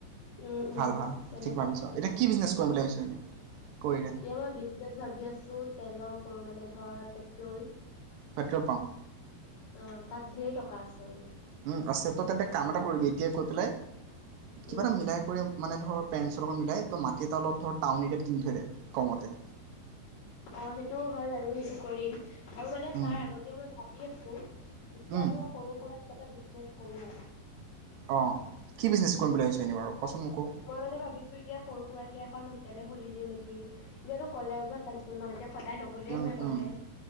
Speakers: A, on the left (about 85°); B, on the right (about 75°).
A: উম উম
B: ভাল ভাল
A: তেনেকোৱা
B: ঠিক ভাবিছ
A: লাগে।
B: এতিয়া কি বিজনেছ কৰিম বুলি ভাবিছ এনেই কৰিলে
A: এতিয়া মই বিশ ভাবি আছো তেলৰ <unintelligible> মানে ধৰ পেট্ৰল।
B: পেট্ৰল পাম্প
A: অ', তাত ঢেৰ টকা। <unintelligible>
B: উম আছে তই তেন্তে কাম এটা কৰিবি এতিয়া কৈ পেলাই কিবা
A: উম,
B: এটা মিলাই কৰি মানে ধৰ পেৰেণ্টছৰ লগত মিলাই তই মাটি এটা অলপ ধৰ টাউন এৰিাত কিনি থৈ দে কমতে।
A: অ সেইটো হয় বাৰু সেইটো কৰিম। আৰু মানে তাৰ
B: উম,
A: আগতেও মই ভাবি আছো এতিয়া
B: উম,
A: ধৰ সৰু সুৰা কিবাকে বিজনেছ কৰোঁ।
B: অঁ, কি বিজনেছ কৰিম বুলি ভাবিছ এনেই বাৰু? কচোন মোকো
A: মই মানে ভাবিছো এতিয়া সৰু সুৰাকে এখন তেতিয়ালৈ খুলি দিও নেকি, এতিয়াতো কলেজত পাইছো ন এতিয়া সদায় নগলেও
B: উম,
A: হয়
B: উম,
A: কলেজ।